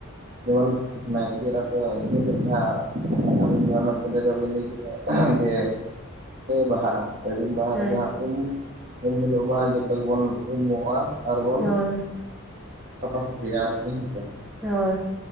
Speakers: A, on the right; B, in the centre.
A: ᱡᱮᱢᱚᱱ ᱱᱟᱭᱠᱮ ᱮᱨᱟ ᱫᱚ <unintelligible> ᱡᱟᱦᱟᱸ <unintelligible> ᱞᱟᱹᱭ ᱠᱮᱫᱟ ᱡᱮ <unintelligible> ᱵᱟᱦᱟᱜᱼᱟ ᱯᱮ ᱫᱤᱱ ᱵᱟᱦᱟ
B: ᱦᱮᱸ
A: ᱨᱮᱜ ᱩᱢ ᱩᱢ ᱦᱤᱞᱳ ᱢᱟ ᱡᱚᱛᱚ ᱜᱮᱵᱚᱱ ᱩᱢᱚᱜᱼᱟ᱾ ᱟᱨᱵᱚᱱ
B: ᱦᱳᱭ
A: ᱥᱟᱯᱷᱟ ᱥᱟᱹᱯᱷᱤᱤᱼᱟ ᱟᱨᱠᱤ ᱦᱮᱸ ᱥᱮᱮ
B: ᱦᱳᱭ